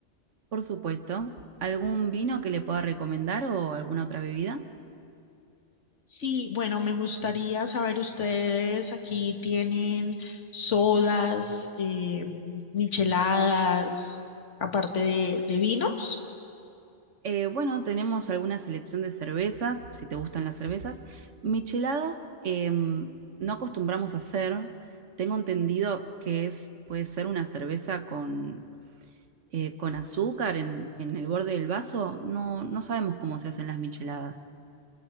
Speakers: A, on the right (about 80°); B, on the left (about 75°).
A: Por supuesto. ¿Algún vino que le pueda recomendar o alguna otra bebida?
B: Sí, bueno, me gustaría saber ustedes aquí tienen sodas, eh, micheladas, aparte de de vinos.
A: Eh, bueno, tenemos alguna selección de cervezas, si te gustan las cervezas. Micheladas eh, no acostumbramos a hacer. Tengo entendido que es, puede ser una cerveza con eh, con azúcar en, en el borde del vaso, no, no sabemos cómo se hacen las micheladas.